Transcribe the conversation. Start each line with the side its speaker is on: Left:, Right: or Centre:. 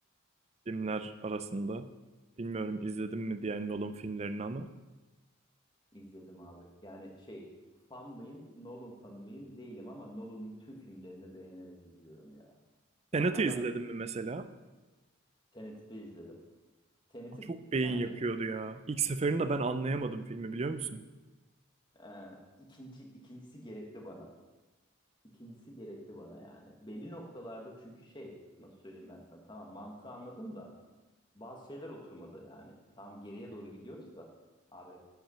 Right: filmler arasında. Bilmiyorum izledim mi diğer Nolan filmlerini ama.
Left: İzledim abi. Yani şey fan mıyım? Nolan fanı mıyım? Değilim ama Nolan'ın tüm filmlerini beğenerek izliyorum ya.
Right: Tenet'i
Left: Yani adam
Right: izledim mi mesela?
Left: Tenet'i de izledim. Tenet'i
Right: Çok beyin
Left: yani
Right: yakıyordu ya. İlk seferinde ben anlayamadım filmi biliyor musun?
Left: ee, ikinci ikincisi gerekti bana. İkincisi gerekti bana yani. Belli noktalarda çünkü şey nasıl söyleyeyim ben sana tamam mantığı anladım da bazı şeyler oturmadı yani. Tam geriye doğru gidiyoruz da abi